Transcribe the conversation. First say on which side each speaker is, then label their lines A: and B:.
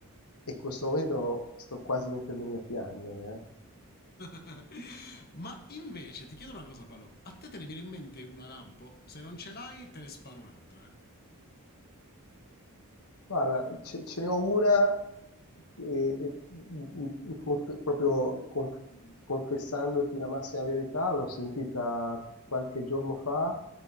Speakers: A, on the left; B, on the left.
A: e in questo momento sto quasi mettendomi a piangere. eh.
B: <laughs> Ma invece ti chiedo una cosa, Paolo. A te te ne viene in mente una lampo? Se non ce l'hai, te ne sparo un'altra. eh.
A: Guarda, ce, ce ne ho una e, e- in- in conf- proprio conf- confessandoti la massima verità, l'ho sentita qualche giorno fa